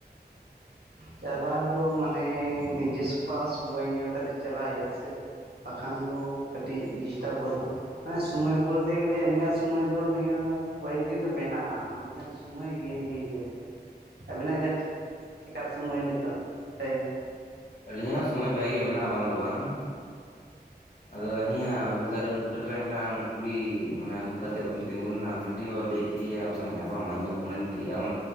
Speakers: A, on the right; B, on the left.
A: ᱪᱟᱞᱟᱣ ᱫᱚ ᱢᱟᱱᱮ ᱱᱤᱡᱮ ᱥᱚᱯᱟᱜ ᱦᱚᱸ ᱥᱚᱢᱚᱭ ᱧᱮᱞ ᱠᱟᱛᱮ ᱪᱟᱞᱟᱜ ᱦᱩᱭᱩᱜᱼᱟ ᱥᱮ? ᱵᱟᱠᱷᱟᱱ ᱫᱚ ᱠᱟᱹᱴᱤᱡ ᱰᱤᱥᱴᱟᱯ ᱜᱚᱫᱚᱜ-ᱟ᱾ ᱦᱮᱸ ᱥᱚᱢᱚᱭ ᱵᱚᱞᱛᱮ ᱜᱮᱞᱮ ᱟᱹᱞᱤᱧᱟᱜ ᱥᱚᱢᱚᱭ ᱫᱚ ᱠᱚᱭᱮᱠ ᱫᱤᱱ ᱫᱚ ᱢᱮᱱᱟᱜᱼᱟ ᱢᱟᱱᱮ ᱥᱚᱢᱚᱭ ᱜᱮ ᱤᱭᱟᱹ ᱜᱮᱭᱟ ᱞᱤᱧ ᱟᱵᱤᱱᱟᱜ ᱜᱮ ᱪᱮᱠᱟ ᱥᱚᱢᱚᱭ ᱱᱤᱛᱚᱜ ᱴᱟᱭᱤᱢ?
B: ᱟᱹᱞᱤᱧᱟᱜ ᱦᱚᱸ ᱥᱚᱢᱚᱭ ᱵᱷᱟᱜᱮ ᱜᱮ ᱢᱮᱱᱟᱜᱼᱟ ᱵᱟᱝ ᱫᱚ ᱵᱟᱝ᱾ ᱟᱫᱚ ᱦᱟᱱᱤᱭᱟ ᱩᱞ ᱫᱟᱨᱮ ᱵᱩᱴᱟᱹᱨ ᱨᱮ ᱢᱤᱫᱴᱟᱝ ᱠᱩᱲᱤ ᱢᱟᱱᱮ ᱦᱟᱸᱵᱩᱜ ᱠᱟᱛᱮᱫ ᱵᱟ ᱵᱤᱱ ᱛᱤᱸᱜᱩ ᱞᱮᱱᱟ ᱩᱱᱤᱴᱤᱜ ᱦᱚᱸ ᱞᱟᱹᱭᱮᱫ ᱟᱢ ᱥᱟᱶ ᱮ ᱧᱟᱯᱟᱢᱚᱜ-ᱟ ᱤᱧᱟᱹ ᱯᱷᱳᱱᱟ ᱫᱤᱧ ᱛᱟᱦᱮᱜ ᱟᱢ